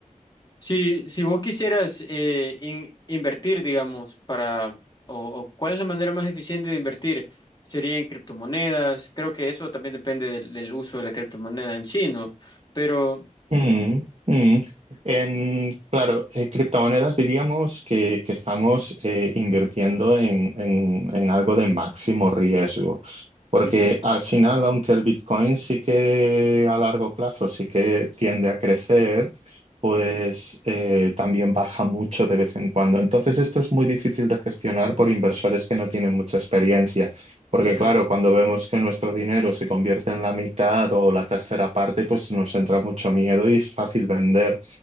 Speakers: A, on the left; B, on the right.
A: Si, si vos quisieras eh, in- invertir, digamos, para, o, o cuál es la manera más eficiente de invertir, sería en criptomonedas. Creo que eso también depende del, del uso de la criptomoneda en sí, ¿no? Pero
B: Mm, mm. En, claro, eh, criptomonedas diríamos que, que estamos eh, invirtiendo en, en- en algo de máximo riesgo, porque
A: ujú,
B: al final, aunque el Bitcoin sí que a largo plazo sí que tiende a crecer, pues eh, también baja mucho de vez en cuando. Entonces, esto es muy difícil de gestionar por inversores que no tienen mucha experiencia. Porque
A: ujú.
B: claro, cuando vemos que nuestro dinero se convierte en la mitad o la tercera parte, pues nos entra mucho miedo y es fácil vender.